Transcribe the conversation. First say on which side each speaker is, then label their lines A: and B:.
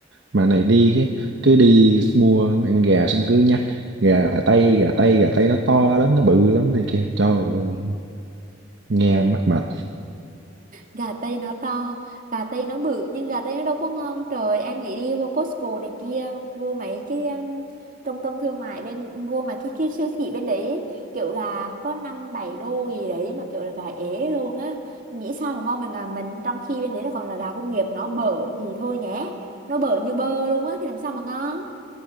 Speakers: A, on the right; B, on the right.
A: mà này đi cái cứ đi mua ăn gà xong cứ nhắc gà tây gà tây gà tây nó to lắm nó bự lắm này kia trời ơi nghe mắc mệt
B: gà tây nó to gà tây nó bự nhưng gà tây nó đâu có ngon trời em nghĩ đi vô Costco này kia vô mấy cái um, trung tâm thương mại bên vô mà cái, cái siêu thị bên đấy ấy, kiểu gà có năm bảy đô gì đấy mà kiểu là gà ế luôn á nghĩ sao mà ngon bằng gà mình trong khi bên đấy là còn là gà công nghiệp nó bở thì thôi nhé nó bở như bơ luôn á thì làm sao mà ngon